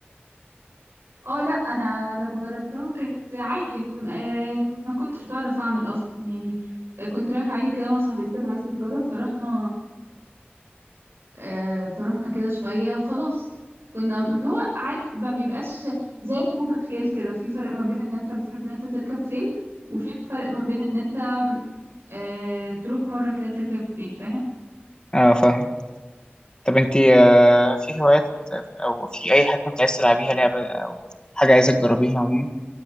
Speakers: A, on the right (about 90°); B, on the left (about 20°).
A: اه لا انا لما جربتها كانت عادي م- آه، ما كنتش بعرف اعمل اصلا يعني آه، كنت رايحه عادي كده مع صاحبتي كانت عايزه تجرب فرحنا آه، فرحنا كده شويه وخلاص كنا اللي هو عارف ما بيبقاش زي ركوب الخيل كده في فرق ما بين ان انت بتحب ان انت تركب خيل وفي فرق ما بين ان انت آه، تروح مره كده تركب خيل فاهم
B: اه فاهم طب انت في هوايات او في اي حاجه كنت عايز تلعبيها لعبه او حاجه عايزه تجربيها عموما